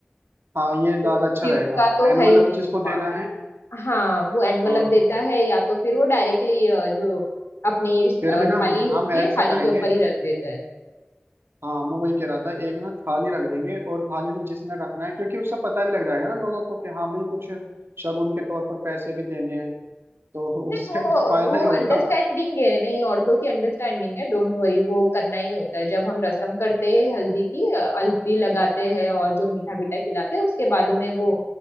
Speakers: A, on the right (about 65°); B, on the left (about 75°).
A: हाँ ये ज्यादा
B: तो
A: अच्छा
B: गिफ्ट
A: रहेगा
B: का तो
A: एनवलप
B: है ही नहीं
A: जिसको
B: वहां
A: देना
B: पे
A: है
B: हाँ वो एनवलप
A: हाँ
B: देता है या तो फिर वो डायरेक्टली जो अपनी
A: फिर
B: अ,
A: भी
B: थाली
A: ना
B: होती
A: हम ऐसा
B: है थाली
A: करेंगे
B: के ऊपर ही रख देता है
A: हाँ मैं वही कह रहा था एक ना थाली रख देंगे और थाली में जिसने रखना है क्योंकि उससे पता भी लग जाएगा ना लोगों को कि हाँ भाई कुछ शगुन के तौर पर पैसे भी देने हैं तो <laughs>
B: नहीं
A: उससे
B: वो
A: कुछ फायदा
B: वो
A: ही होगा
B: अंडरस्टैंडिंग है नहीं औरतों की अंडरस्टैंडिंग है डोंट वरी वो करना ही होता है जब हम रसम करते हैं हल्दी की अ, हल्दी लगाते हैं और जो मीठा बीठा खिलाते हैं उसके बाद में वो